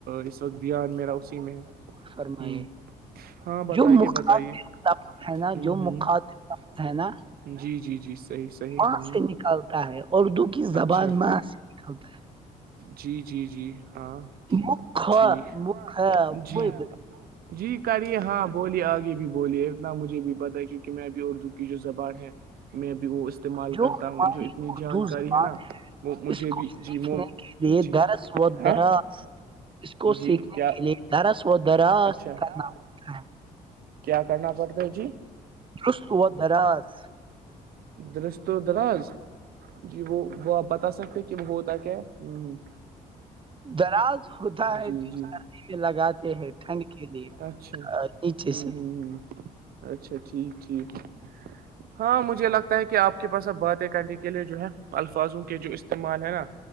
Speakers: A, on the right; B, on the right.
A: اس وقت دان میرا اسی میں ہے
B: فرمائے
A: ہ ہاں بتائیے
B: جو مخطظ
A: بتائیے
B: ہے نا
A: ہ
B: جو
A: ہ
B: مخطظ ہے نا
A: جی جی جی صحیح صحیح
B: وہاں
A: ہ
B: سے نکالتا ہے اردو کی زبان
A: اچھا
B: ماں سے نکالتا ہے
A: جی جی جی ہاں
B: مکھ
A: ٹھیک
B: مکھ
A: جی
B: وہ بھی
A: جی کریے ہاں بولیے آگے بھی بولیے اتنا مجھے بھی پتتا ہے کیونکہ میں بھی اردو کی جو زبان ہے میں بھی وہ استعمال
B: جو
A: کرتا
B: ہماری
A: ہوں جو اتنی
B: اردو
A: جانکاری
B: زبان
A: ہے نا وہ مجھے
B: اس کو
A: بھی
B: سیکھنے
A: جی
B: کے لیے
A: جی
B: درس و
A: ہاں
B: دراز اس کو
A: جی
B: سیکھنے
A: کیا
B: کے لیے درس و درس
A: اچھا
B: کرنا پڑتا ہے
A: کیا کرنا پڑتا ہے جی
B: خست ہو دراز
A: درست دراز جی وہ وہ آپ بتا سکتے کہ جب ہوتا کیا ہوں ہ
B: دراز ہوتا ہے
A: جی
B: جو
A: جی
B: سردی میں لگاتے ہیں ٹھنڈ کے لیے
A: اچھا
B: نیچے
A: ہ
B: سے
A: ہ ہ اچھا ٹھیک ٹھیک ہاں مجھے لگتا ہے کہ آپ کے پاس اب باتیں کرنے کے لیے جو ہے الفاظوں کے جو استعمال ہے نا